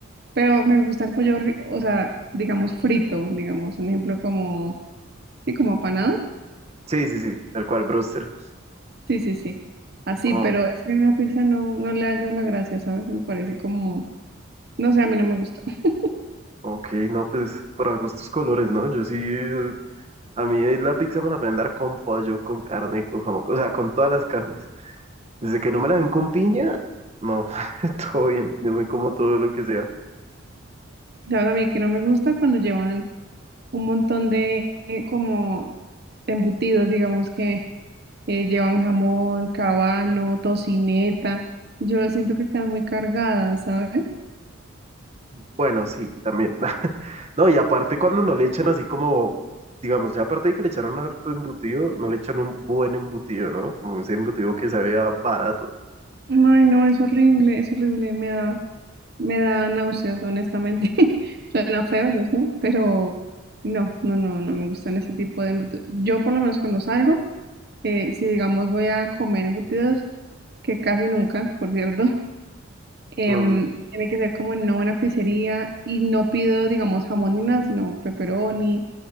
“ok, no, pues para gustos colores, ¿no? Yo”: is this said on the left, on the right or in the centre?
Right